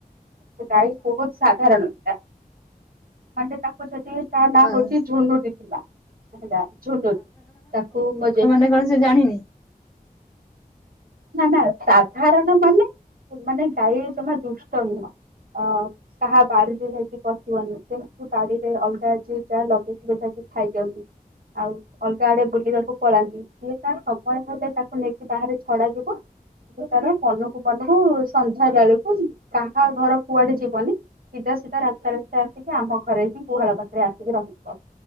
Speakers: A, on the right; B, on the left.
A: ସେ ଗାଈ ବହୁତ ସାଧାରଣ ଥିଲା। ମାନେ ତାକୁ ଯଦି ତା
B: ହଁ
A: ନା ହଉଛି ଝୁନୁରି ଥିଲା। ହେଲା ଝୁନୁୁର ତାକୁ ମୋ ଜେ
B: ଏ କଣ ସେ ଜାଣିନି?
A: ନା ନା ସାଧାରଣ ମାନେ ମାନେ ଗାଈ ଜମା ଦୁଷ୍ଟ ନୁହଁ। ହଁ। ସାହା ବାଡିରେ ଯାଇକି ପଶିବନି ଯେମିତି ବାଡିରେ ଅଲଗା ଯିଏ ଯାହା ଲଗେଇଥିବେ ଯାଇକି ଖାଇ ଦିଅନ୍ତି। ଆଉ ଅଲଗା ଆଡେ ବୁଲିବାକୁ ପଳାନ୍ତି ସିଏ ତା ସମୟ ହେଲେ ତାକୁ ନେଇକି ବାହାରେ ଛଡା ଯି ବ ତାର ମନକୁ ମନକୁ ସନ୍ଧ୍ୟା ବେଳକୁ କାହା ଘର କୁଆଡେ ଯିବନି ସିଧା ସିଧା ରାସ୍ତା ରାସ୍ତା ଆସିକି ଆମ ଘରେ ହିଁ ଗୁହାଳ ପାଖରେ ଆସିକି ରହିଥିବ।